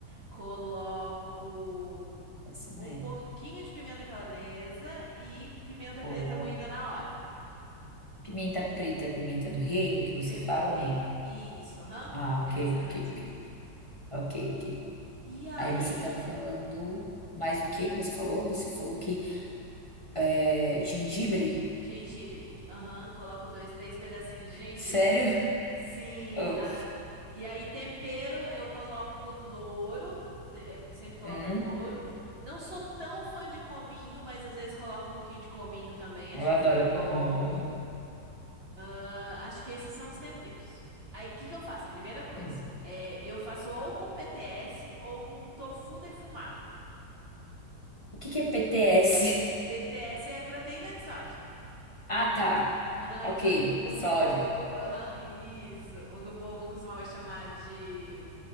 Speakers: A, on the right (about 35°); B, on the left (about 25°).
A: Coloco hum,
B: excelente.
A: um pouquinho de pimenta calabresa e pimenta
B: Boa.
A: preta moída na hora.
B: Pimenta preta é a pimenta do reino que
A: Pimenta
B: você fala
A: do reino.
B: ou não?
A: Isso, aham.
B: Ah, ok,
A: Essa mesmo.
B: ok, ok, ok, ok.
A: E aí?
B: Aí você estava falando, mas o que que você falou? Você falou que é, gengibre?
A: Gengibre. Aham. Coloco dois, três pedacinhos de gengibre.
B: Sério? <laughs>
A: Sim. a-
B: Oh,
A: E aí, tempero, eu coloco louro. te- eh, Sempre coloco
B: hum,
A: louro. Não sou tão fã de cominho, mas às vezes coloco um pouquinho de cominho também.
B: eu
A: Acho
B: adoro
A: que fica bom.
B: comer.
A: Ah, acho que esses são os temperos. Aí, o que que eu faço? A primeira coisa.
B: Hum. Hum.
A: É, eu faço ou com PTS ou com tofu defumado.
B: O que que é PTS?
A: PTS é proteína de soja.
B: <laughs> Ah, tá.
A: Aham,
B: Ok,
A: tipo o
B: soja.
A: que o povo. Aham, isso. O que o povo costumava chamar de,